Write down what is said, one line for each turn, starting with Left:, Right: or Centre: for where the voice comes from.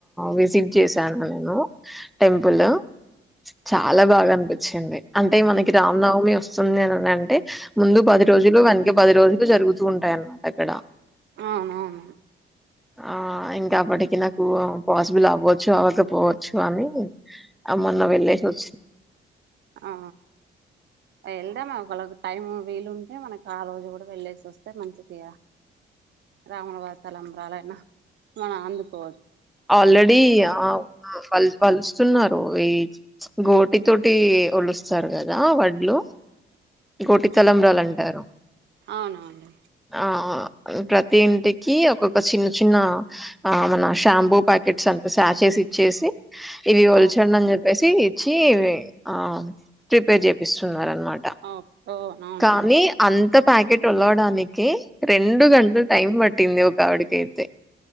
Centre: విజిట్ చేశాను నేను టెంపుల్ చాలా బాగా అనిపించింది అంటే మనకి రమనవమి వస్తుంది అని అంటే ముందు పది రోజులు వెనక పది రోజులు జరుగుతూ ఉంటాయి అన్నమాట అక్కడ
Right: అవునవును
Centre: ఆ ఇంకా అప్పటికి నాకు పాస్బలు అవ్వచ్చు అవ్వకపోవచ్చు చు అ అ మన్న వెళ్ళచ్చ
Right: ఆ వెళ్దా మ వాళ్ళకి టైం వీలుంటే మనకు ఆ రోజు కూడా వెళ్ళేసి వస్తే మంచిది రాముని వారి తలబారాలు అయినా మవనాందికో
Centre: ఆల్రెడి ఆ పలుస్తున్నారు ఈ గోటి తోటి వలుస్తారు కదా వడ్లు ఇం కోటి తలంబ్రాలు
Right: ఆ
Centre: అంటారు
Right: అవునవును
Centre: ఆ ప్రతి ఇంటికి ఒక్కొక్క చిన్న చిన్న ఆ మన షాంపూ ప్యాకెట్స్ అంత సాచెస్ ఇచ్చేసి ఇవి ఒల్చడీ
Right: అవును
Centre: అనీ చెప్పేసి చెప్పేసి ఇచ్చి హా ప్రిపేర్ చేపిస్తున్నారు అనమాట
Right: ఆ ఓ అవునండి
Centre: కానీ అంత ప్యాకెట్ వలవడానికి కే రెండు గంటలు టైం పట్టింది ఒక ఆవిడికైతే